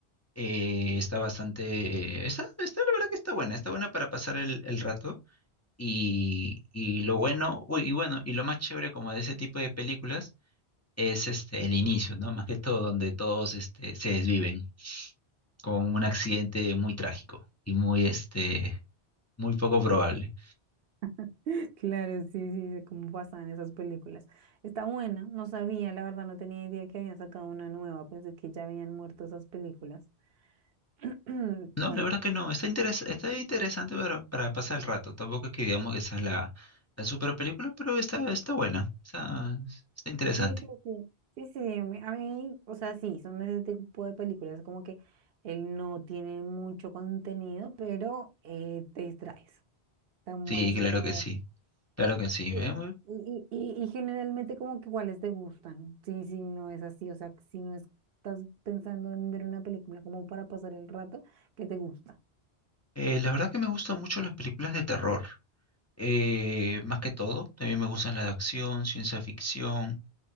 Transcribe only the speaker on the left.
Eh, está bastante, está, está, la verdad que está buena, está buena para pasar el, el rato y, y lo bueno, uy, y bueno, y lo más chévere como de ese tipo de películas es este, el inicio, ¿no? Más que todo, donde todos este, se desviven con un accidente muy trágico y muy, este, muy poco probable.
No,
la verdad que no, está, interes- está interesante para, para pasar el rato, tampoco es que digamos que esa es la, la super película, pero está, está buena, está, está interesante.
Sí,
claro
que
sí. Claro que sí.
Eh, muy-
eh, la verdad que me gustan mucho las películas de terror. Eh, más que todo, también me gustan las de acción, ciencia ficción.